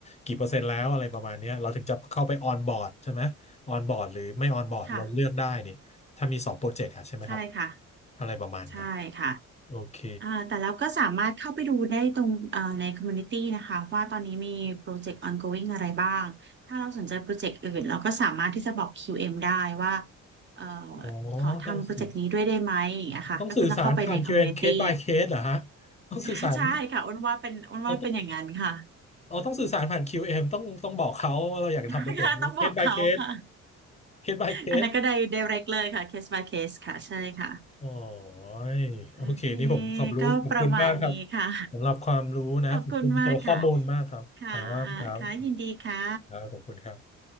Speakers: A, on the left; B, on the right.
A: กี่เปอร์เซ็นต์แล้วอะไรประมาณเนี้ยเราถึงจะเข้าไป on board ใช่ไหม on board หรือไม่ on board
B: ค่ะ
A: เราเลือกได้นี่ถ้ามีสองโปรเจกต์อะใช่ไหมครับ
B: ใช่ค่ะ
A: อะไรประมาณนั้น
B: ใช่ค่ะ
A: โอเค
B: อ่าแต่เราก็สามารถเข้าไปดูได้ตรงเอ่อในคอมมูนิตี้นะคะว่าตอนนี้มีโปรเจกต์ ongoing อะไรบ้างถ้าเราสนใจโปรเจกต์อื่นเราก็สามารถที่จะบอก QM ได้ว่าเอ่อ
A: อ๋อ
B: ขอทำโปรเจกต์นี้ด้วยได้ไหมนะค่ะก็คือต้องเข้าไปในคอมมูนิตี้
A: ต้องสื่อต้องสื่อสารผ่าน q m case by case เหรอฮะต้องสื่อสาร
B: <laughs> ใช่ค่ะอ้นว่าเป็นอ้นว่าเป็นอย่างนั้นค่ะ
A: เราต้องเราต้องสื่อสารผ่าน QM ต้องต้องบอกเขาว่าเราอยากจะทำโปรเจกต์นี้
B: <laughs> ค่ะต้องบอกเขาค่ะ
A: case by case case by case
B: อันนั้นก็ได้ direct เลยค่ะ case by case ค่ะใช่ค่ะ
A: โอ๋อโอ
B: โอเค
A: เค นี่ผมขอบรู้
B: ก็ประมาณนี้ค่ะ
A: ขอบคุณมากครับสำหรับความรู้นะ
B: <laughs> ขอบคุณมากค่ะ
A: ขอบคุณสำหรับข้อมูลมากครับ
B: ค่ะ
A: ครับ ครับ
B: ค่ะยินดีค่ะ
A: ครับขอบคุณครับ